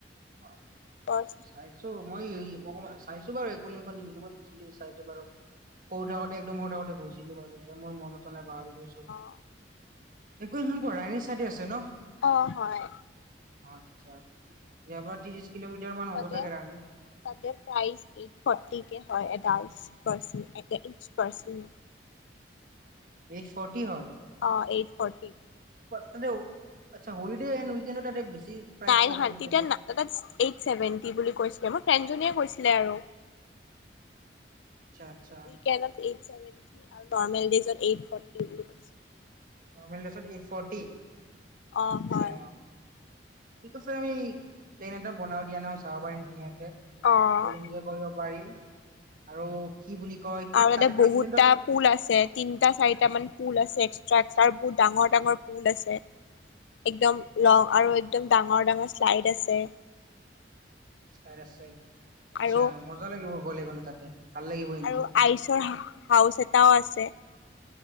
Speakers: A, on the right; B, on the left.
A: হয়।
B: ফাৰ্ষ্ট
A: ছাইছো মই চাইছো বাৰু একুলেন খন ইউটিউবত চাইছো বাৰু সৰু থাকোতে একদম সৰু থাকোতে গৈছিলো বাৰু এতিয়া মোৰ মনত পাহৰি গৈছো।
B: অ
A: একুলেন খন‌ ক'ত ৰানী চাইদে আছে ন?
B: অ হয়।
A: আটছা। এয়াপৰা ত্ৰিছ কিলোমিটাৰ হ'ব
B: ত
A: চাগে ৰাণী।
B: তাতে প্ৰাইচ এইট ফৰ্টি কে হয়। এডাল্টচ পাৰচন এটা ইটচ পাৰচন
A: এইট ফৰ্টি হয়?
B: অ এইট ফৰটি।
A: এ অচ্ছা হলিডে এন্ড উইকেন্ডট তাতে‌ বেছি। প্ৰাইচ
B: নাইন
A: চাগে
B: হান
A: নেকি
B: তেতিয়া
A: তাতে।
B: এইট চ ছেভেন্টি বুলি কৈছিলে মোৰ ফ্ৰেণ্ডজনীয়ে কৈছিলে আৰু
A: আচ্ছা আচ্ছা
B: উইকেণ্ডত এইট চেভেন্তি লয়, নৰ্মেল ডেইজত‌ এইট লয় হম্।
A: অ নৰ্মেল‌ দেইজত এইট ফৰ্টি?
B: অ',
A: আচ্ছা!
B: হয়।
A: ঠিক আছে আমি প্লেন এটা বনাও দিয়া ন চাব পাৰিম ধুনীয়াকে
B: অ',
A: ফুল এনজয় কৰিব পাৰিম আৰু কি বুলি কয় কি
B: আৰু তাতে
A: তাতেতো
B: বহুতটা
A: একলেণ্ডত
B: পুল আছে, তিনটা, চাৰিটা মান পুল আছে। তাত বহুত ডাঙৰ ডাঙৰ পুল আছে একদম লং আৰু একদম ডাঙৰ ডাঙৰ শ্লাইড আছে।
A: শ্লাইদ‌ আছে আচ্ছা
B: আৰু
A: মজা লাগিব গলে গ'লে তাতে। ভাল লাগিব এন্ট্ৰি
B: আৰু আইচৰ হা হাউচ এটা এটাও আছে